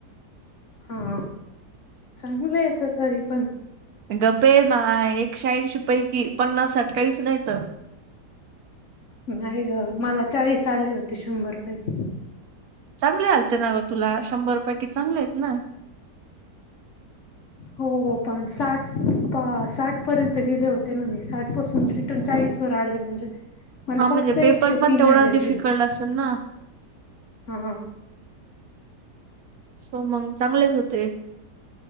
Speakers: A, on the left (about 55°); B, on the right (about 70°).
A: हा चांगलं येतं तरी पण
B: गपये माय एकशे ऐंशी पैकी पन्नास साठ काहीच नाहीत.
A: नाही ग मला चाळीस आले होते शंभर पैकी
B: चांगले आलते ना गं तुला शंभर पैकी चांगले आहेत ना
A: हो पण साठ अ साठ पर्यंत गेले होते ना मी साठ पासून रिटर्न चाळीस बर आले म्हणजे मला
B: हा म्हणजे
A: फक्त
B: पेपर
A: एकशे
B: पण
A: तीन
B: तेवढाच
A: आले
B: डिफिकल्ट
A: त्या दिवशी
B: असेल ना
A: हा
B: सो मंग चांगलेच होते.